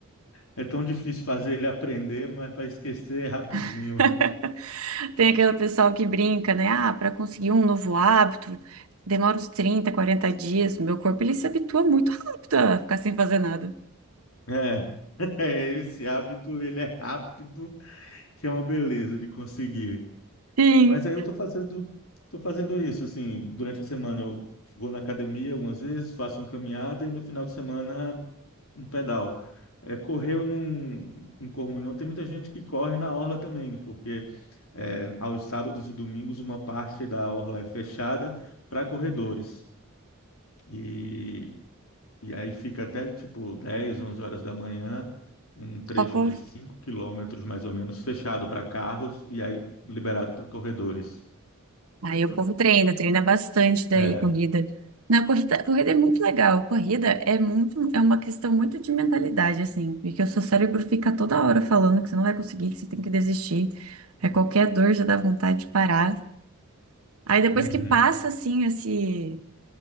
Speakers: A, on the left; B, on the right.
A: é tão difícil fazer ele aprender, mas para esquecer é rapidinho.
B: <laughs> Tem aquele pessoal que brinca, né? Ah, para conseguir um novo hábito, demora uns 30 40 dias. Meu corpo, ele se habitua muito rápido a ficar sem fazer nada.
A: É, <laughs> esse hábito, ele é rápido, que é uma beleza de conseguir.
B: Sim,
A: Mas aí eu tô fazendo, tô fazendo isso, assim, durante a semana eu vou na academia algumas vezes, faço uma caminhada e no final de semana um pedal. É, correr eu não, não corro muito, não. Tem muita gente que corre na orla também, porque é, aos sábados e domingos uma parte da orla é fechada para corredores. E e aí fica até tipo dez onze horas da manhã, um trecho
B: só cor.
A: de 5 quilômetros mais ou menos, fechado para carros e aí liberado para corredores.
B: Aí o povo treina, treina bastante daí,
A: É.
B: corrida. Na corrida, corrida é muito legal. Corrida é muito, é uma questão muito de mentalidade, assim, porque o seu cérebro fica toda hora falando que você não vai conseguir, que você tem que desistir. Aí qualquer dor já dá vontade de parar. Aí depois
A: Uhum.
B: que passa, assim, esse,